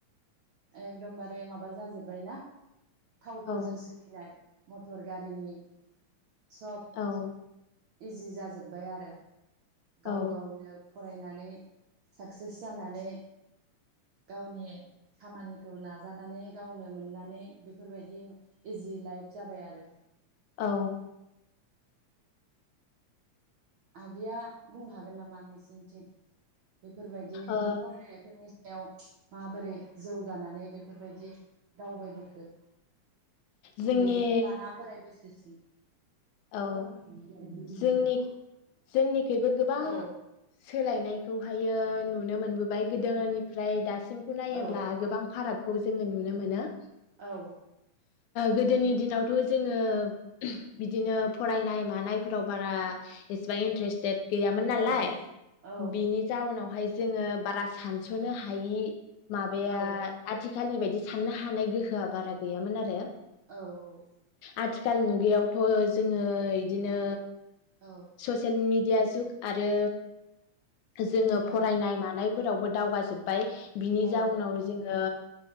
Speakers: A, on the right; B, on the left.
A: एकदमबारे माबा जाजोबबाय ना थावफोरजों
B: औ
A: सोलिनाय मटर गारिनि सब
B: औ
A: इजि जाजोबबाय आरो
B: औ
A: गाव गावनो फरायनानै साक्सेस जानानै गावनि खामानिखौ नाजानानै गावनो मोननानै बेफोरबायदि इजि लाइफ जाबाय आरो
B: औ
A: आगैया बुंनो हागोन नामा नोंसिोरनिथिं बेफोरबायदि
B: ओ
A: फरायनायफोरनि याव माबोरै जौगानानै बेफोरबायदि दावबायबोखो
B: जोंनि
A: उन्दैनिफ्राय लाना बोराय बैसोसिम <unintelligible>
B: औ जोंनि जोंनिखैबो गोबां
A: औ
B: सोलायनायखौहाय नुनो मोनबोबाय गोदोनिफ्राय दासिम सि खौ नायोब्ला
A: औ
B: गोबां फाराग खौ जोङो नुनो मोनो
A: औ
B: गोदोनि दिनावथ' जोङो बिदिनो फरायनाय मानायफोराव बारा एसेबां इन्ट्रेस्टेट गैयामोन नालाय
A: औ औ
B: बिनि जाउनाव बेहाय जोङो बारा सानस'नो हायि माबाया
A: औ
B: आथिखाल आथिखालनि बायदि साननो हानाय गोहोआ बारा गैयामोन आरो
A: औ औ
B: आथिखाल मुगायाव थ' जोङो इदिनो
A: औ
B: ससेयेल मिड दिया जुग आरो जोङो
A: औ
B: फरायनाय मानाय फोरावबो दावगाजोबबाय बिनि
A: औ
B: जाउनाव जोङो